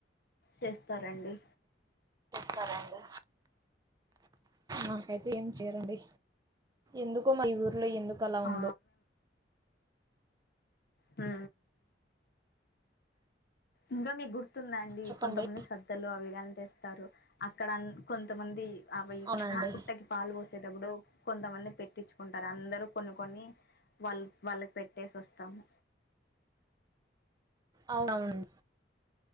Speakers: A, on the left; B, on the right.
A: చేస్తారండి
B: చెారండి నాకైతే ఏం చేయరండి ఎందుకో మా ఊరు అట్లో ఎందుకు అలా
A: ఆ
B: ఉందో
A: ఆ ఇంకా మీ గుతు స్తుందండి
B: చెప్పండి
A: కొంతమంది స్రద్దలు అవిగానీ తెస్తారు అక్కడ కొంతమంది అవి
B: అవునండి
A: ప్చ్ హ పుట్టకి పాలు పోసేటప్పుడు కొంతమంది పెట్టించుకుంటా అందరూ కొన్ని కొన్ని వాళ్ళు వాళ్ళకి పెట్టేసి వస్తాము
B: అవునవును